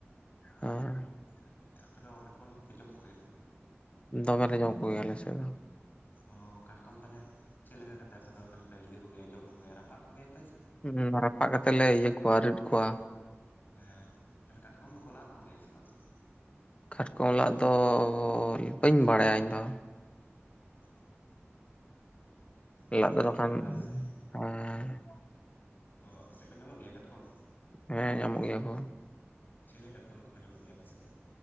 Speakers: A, on the left (about 25°); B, on the left (about 45°).
A: ᱦᱮᱸ <inaudible>
B: ᱚᱱᱟᱜᱮ ᱟᱯᱮ ᱫᱚ ᱠᱟᱴᱠᱚᱢ ᱫᱚᱯᱮ ᱡᱚᱢ ᱠᱚᱜᱮᱭᱟ ᱥᱮ ᱵᱟᱝ?
A: ᱫᱚᱢᱮᱞᱮ ᱞᱮ ᱡᱚᱢ ᱠᱚ ᱜᱮᱭᱟ ᱟᱞᱮ ᱥᱮᱜ ᱫᱚ᱾
B: ᱚ ᱠᱟᱴᱠᱚᱢ ᱛᱟᱦᱞᱮ ᱪᱮᱫ ᱞᱮᱠᱟ ᱠᱟᱛᱮ ᱟᱯᱮ ᱫᱚ ᱛᱟᱦᱞᱮ ᱯᱮ ᱤᱭᱟᱹ ᱠᱚᱜᱮᱭᱟ ᱡᱚᱢ ᱠᱚᱜᱮᱭᱟ ᱨᱟᱯᱟᱜ ᱠᱚᱜᱮᱭᱟ
A: ᱦᱩᱸ ᱨᱟᱯᱟᱜ ᱠᱟᱛᱮᱜ ᱞᱮ ᱤᱭᱟᱹ ᱠᱚᱣᱟ ᱨᱤᱫ ᱠᱚᱣᱟ᱾
B: ᱦᱮᱸ ᱛᱟᱦᱞᱮ ᱠᱟᱴᱠᱚᱢ ᱫᱚᱠᱚ ᱞᱟᱫ ᱠᱚ ᱜᱮᱭᱟ ᱥᱮ ᱵᱟᱝ?
A: ᱠᱟᱴᱠᱚᱢ ᱞᱟᱫ ᱫᱚ ᱵᱟᱹᱧ ᱵᱟᱲᱟᱭᱟ ᱤᱧᱫᱚ᱾
B: ᱚ ᱨᱤᱫ ᱠᱟᱛᱮ
A: ᱞᱟᱫ
B: ᱜᱮᱯᱮ
A: ᱫᱚ
B: ᱡᱚᱢ
A: ᱵᱟᱠᱷᱟᱱ
B: ᱵᱟᱲᱟ ᱠᱟᱫᱟ ᱦᱮᱸᱥᱮ,
A: ᱦᱮᱸ
B: ᱚ ᱟᱯᱮᱥᱮᱜ ᱠᱚ ᱧᱟᱢᱚᱜ ᱜᱮᱭᱟ ᱠᱟᱴᱠᱚᱢ?
A: ᱦᱮᱸ ᱧᱟᱢᱚᱜ ᱜᱮᱭᱟ ᱠᱚ᱾
B: ᱪᱮᱞᱮ ᱠᱟᱴᱠᱚᱢ ᱠᱚᱠᱚ ᱧᱟᱢᱚᱜ ᱜᱮᱭᱟ ᱟᱯᱮ ᱥᱮᱫ ᱫᱚ?